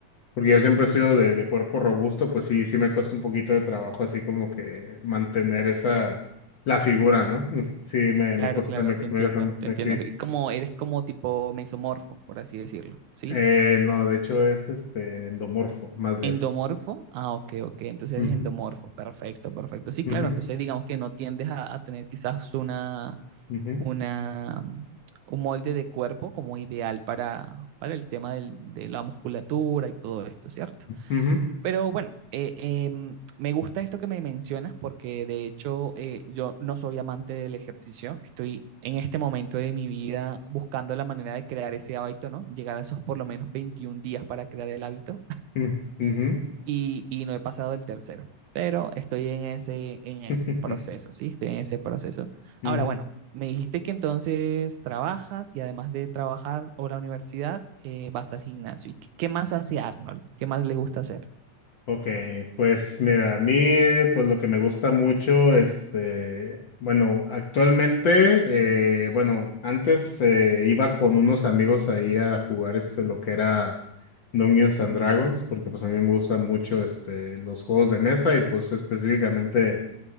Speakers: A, on the left; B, on the right.
A: Porque yo siempre he sido de, de cuerpo robusto, pues sí, sí me cuesta un poquito de trabajo así como que mantener esa, la figura, ¿no? Sí, me,
B: Claro,
A: me cuesta,
B: claro,
A: me, me
B: te entiendo,
A: cuesta, me-
B: te entiendo.
A: sí.
B: Eh, Como eres como tipo mesomorfo, por así decirlo, ¿sí?
A: Eh, no, de hecho es este endomorfo, más bien.
B: Endomorfo, ah, ok, ok, entonces
A: Ujú,
B: eres endomorfo, perfecto, perfecto. Sí, claro,
A: ujú,
B: entonces digamos que no tiendes a, a tener quizás una,
A: ujú,
B: una, mm, un molde de cuerpo como ideal para, para el tema del- de la musculatura y todo esto, ¿cierto?
A: ujú,
B: Pero bueno, eh, em, me gusta esto que me mencionas porque de hecho eh, yo no soy amante del ejercicio. Estoy en este momento de mi vida buscando la manera de crear ese hábito, ¿no? Llegar a esos por lo menos 21 días para crear el hábito
A: ujú, ujú,
B: <laughs> y, y no he pasado del tercero. Pero estoy en ese, en ese
A: <laughs>
B: proceso, ¿sí? Estoy en ese proceso. Ahora,
A: ujú,
B: bueno, me dijiste que entonces trabajas y además de trabajar o la universidad, eh, vas al gimnasio. ¿Y qué qué más hace Arnold? ¿Qué más le gusta hacer?
A: Ok, pues mira, a mí pues lo que me gusta mucho, este, bueno, actualmente, eh, bueno, antes eh, iba con unos amigos ahí a jugar este lo que era Dungeons and Dragons, porque pues a mí me gustan mucho este los juegos de mesa y pues específicamente